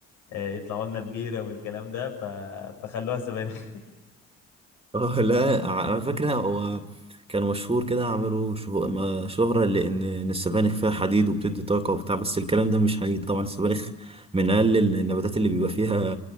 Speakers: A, on the left; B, on the right.
A: آه، يطلعوا لنا ببيرة والكلام ده ف... فخلوها سبانخ
B: اه لا ع- على فكرة هو كان مشهور كده عملوا شهو- ما- شهرة لأن إن السبانخ فيها حديد وبتدي طاقة وبتاع بس الكلام ده مش حقيقي طبعا السبانخ من أقل النباتات اللي بيبقى فيها